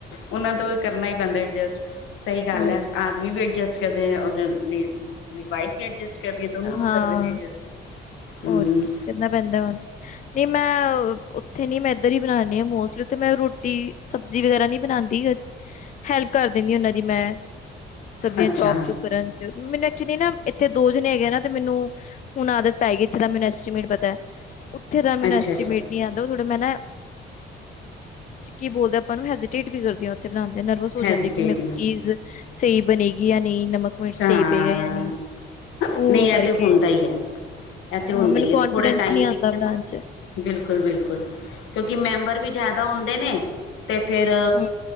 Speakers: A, on the left (about 90°); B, on the left (about 40°).
A: ਉਹਨਾਂ ਤੋਂ ਕਰਨਾ ਹੀ ਪੈਂਦਾ ਐਡਜਸਟ ਸਹੀ ਗੱਲ
B: ਹੋਰ
A: ਹੈ, ਆਦਮੀ ਵੀ ਅਡਜਸਟ ਕਰਦੇ ਔਰ ਉਹਦੀ ਵਾਈਫ ਵੀ ਅਡਜਸਟ ਕਰ ਕਰਦੀ ਦੋਨੋ
B: ਹਾਂ
A: ਕਰਦੇ ਨੇ ਐਡਜਸਟ ਹੂੰ।
B: ਹੋਰ ਕੀ ਕਰਨਾ ਪੈਂਦਾ ਹੁਣ। ਨਹੀਂ ਮੈਂ ਉੱਥੇ ਨੀ, ਮੈਂ ਇੱਧਰ ਹੀ ਬਣਾਣੀ ਆ ਮੋਸਟਲੀ ਉੱਥੇ ਮੈਂ ਰੋਟੀ ਸਬ ਸਬਜੀ ਵਗੈਰਾ ਨਹੀਂ ਬਣਾਉਂਦੀ, ਹੈਲਪ ਕਰ ਦਿੰਦੀ ਉਹਨਾਂ ਦੀ ਮੈਂ ਸਬਜ਼ੀਆਂ
A: ਅੱਛਾ
B: ਚੋਪ- ਚੁਪ ਕਰਨ ਚ, ਮੈਨੂੰ ਐਕਚੁਲੀ ਨਾ ਇੱਥੇ ਦੋ ਜਣੇ ਹੈਗੇ ਨਾ ਤੇ ਮੈਨੂੰ ਹੁਣ ਆਦਤ ਪੈ ਗਈ, ਇੱਥੇ ਦਾ ਮੈਨੂੰ ਐਸਟੀਮੇਟ ਪਤਾ, ਉੱਥੇ ਦਾ ਮੈਨੂੰ
A: ਅੱਛਾ
B: ਐਸਟੀਮੇਟ
A: ਅੱਛਾ
B: ਆਂਦਾ ਥੋੜਾ ਮੈਂ ਨਾ ਕੀ ਬੋਲਦਾ ਆਪਾਂ ਨੂੰ ਹੈਜੀਟੇਟ ਵੀ ਕਰਦੀ ਹ ਓਥੇ ਬਣਾਉਂਦੇ ਨਰਵਸ ਹੋ
A: ਹੈਜ਼ੀਟੇਟਿੰਗ
B: ਜਾਂਦੀ, ਕਿ ਮੈਂ ਕੋਈ ਚੀਜ਼ ਸਹੀ ਬਣੇਗੀ ਜਾਂ ਨਹੀਂ ਨਮਕ ਕੁਛ ਸਹੀ
A: ਹਾਂ
B: ਪਏਗਾ ਯਾ ਨਹੀਂ। ਉਹ
A: ਨਹੀਂ
B: ਕਰਕੇ
A: ਇਹ ਤੇ ਹੁੰਦਾ ਹੀ ਹੈ, ਇਹ ਤੇ ਹੁੰਦਾ
B: ਹਾਂ ਮੈਨੂੰ
A: ਈ ਹੈ।
B: ਕੌਨਫੀਡੈਂਸ
A: ਥੋੜੇ ਟਾਈਮ
B: ਨਹੀਂ ਆਉਂਦਾ
A: ਤੀਕਣ
B: ਬਣਾਉਣ
A: ਨਾ
B: ਚ
A: ਬਿਲਕੁਲ, ਬਿਲਕੁਲ ਕਿਉਂਕਿ ਮੈਂਬਰ ਵੀ ਜ਼ਿਆਦਾ ਹੁੰਦੇ ਨੇ ਤੇ ਫੇਰ
B: ਹੂੰ